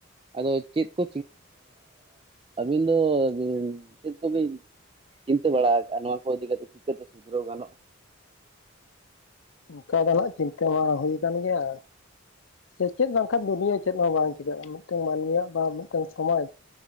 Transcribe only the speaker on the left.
ᱚᱱᱠᱟ ᱫᱚ ᱱᱟᱜ ᱪᱤᱱᱛᱟᱹ ᱢᱟ ᱦᱩᱭ ᱟᱠᱟᱱ ᱜᱮᱭᱟ᱾ ᱥᱮᱪᱮᱫ ᱵᱟᱝᱠᱷᱟᱱ ᱫᱩᱱᱭᱟᱹ ᱪᱮᱫ ᱦᱚᱸ ᱵᱟᱝ ᱪᱤᱠᱟᱹᱜᱼᱟ᱾ ᱢᱤᱫᱴᱟᱝ ᱢᱟᱹᱱᱢᱤᱭᱟᱜ ᱵᱟ ᱢᱤᱫᱴᱟᱝ ᱥᱚᱢᱟᱡᱽ